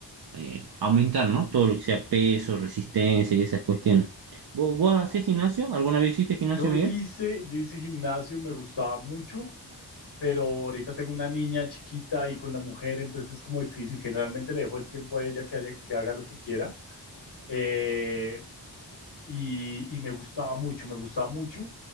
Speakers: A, on the right; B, on the left.
A: eh, aumentar, ¿no? Todo lo que sea peso, resistencia y esas cuestiones. ¿Vos, vos haces gimnasio? ¿Alguna vez hiciste gimnasio,
B: Yo
A: Miguel?
B: hice, yo hice gimnasio, me gustaba mucho, pero ahorita tengo una niña chiquita y con la mujer, entonces es como difícil. Generalmente le dejo el tiempo a ella que, haya- que haga lo que quiera. Eh, y, y me gustaba mucho, me gustaba mucho.